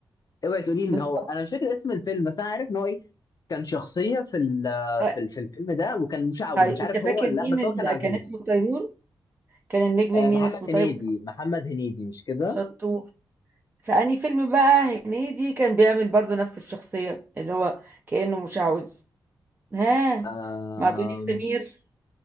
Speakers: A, on the left (about 45°); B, on the right (about 20°).
A: اوعي تقولي ان
B: بالظبط
A: هو انا مش فاكر اسم الفيلم بس انا عارف ان هو ايه كان شخصيه في ال-
B: آه،
A: في ال- في الفيلم ده وكان مشعوذ
B: طيب
A: مش
B: انت
A: عارف
B: فاكر
A: هو ولا لا
B: مين
A: بس
B: اللي
A: هو كان عجوز
B: كان اسمه تيمور كان النجم
A: آه، محمد
B: مين اسمه طيب
A: هنيدي محمد هنيدي مش كده
B: شطور فأني فيلم بقى هنيدي كان بيعمل برضو نفس الشخصية اللي هو كأنه مشعوذ ها
A: آم،
B: مع دنيا سمير